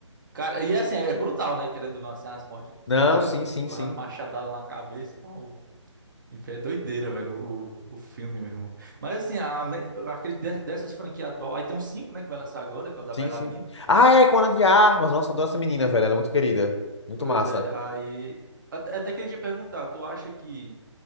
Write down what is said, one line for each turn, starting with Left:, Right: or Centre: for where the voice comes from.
Right: Cara, e é assim, é brutal, né? Querendo ou não, assim, as mortes, o
Left: Não,
Right: cara,
Left: sim,
Right: tipo,
Left: sim, sim.
Right: levando machadada na cabeça e tal. Enfim, é doideira, velho, o, o filme, meu irmão. Mas assim, além, eu acredito de- dessas franquias atual, aí tem um cinco né, que vai lançar agora, que é o da
Left: Sim,
Right: bailarina.
Left: sim. Ah, é, com a Ana de Armas. Nossa, adoro essa menina, velho. Ela é muito querida. Muito
Right: Pois
Left: massa.
Right: é, aí. Até, até queria te perguntar, tu acha que,